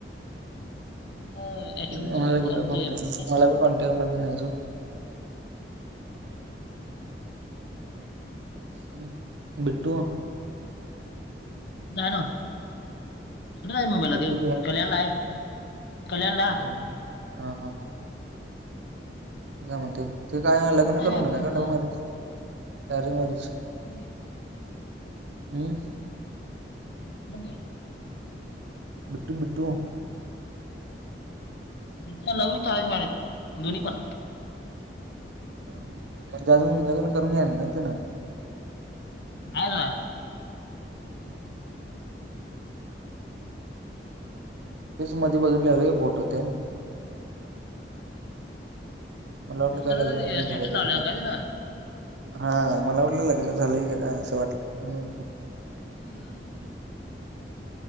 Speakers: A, on the left (about 65°); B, on the right (about 85°).
A: <inaudible> एच
B: तेच
A: ओ
B: म्हणालोय
A: म्हणे चम चम
B: कुठं
A: एम
B: कॉन्टॅक्ट
A: जी एम अस
B: मला बी कॉन्टॅक्ट मध्ये नाही अजून.
A: ठीक आहे.
B: हम्म बिट्टू?
A: झालं नव्ह? कुठं जायचं मुंबईला
B: बिट्टू
A: ते?
B: बी
A: कल्याणला आहे, कल्याणला
B: हम्म, हा हा हा तु काय म्हणते ते काय
A: कुठं
B: लग्न करून
A: आहे आता
B: घेणार
A: नेमकं
B: का लव्ह मॅरेज का अरेरेज मॅरेज?
A: नई.
B: हम्म?
A: हो दे.
B: मिठू मिठू
A: ह्यांचा लव ते अरेंज मॅरेज दोन्ही पण.
B: म्हणजे अजून लग्न करून घ्याणार नव्हतं ना.
A: <unintelligible>
B: ओके हा. तेच मध्ये बघितल्याल रे फोटो तेन
A: त्यांचं
B: मला वाटलं काय
A: सरळ
B: लग्न बिग्न
A: स्टेटस
B: झालं
A: लावलं
B: काय तिज.
A: ते ना
B: हा मला वाटलं लग्न झालं की काय असं वाटलं म्हणून विचारलो.
A: <inaudible> <unintelligible>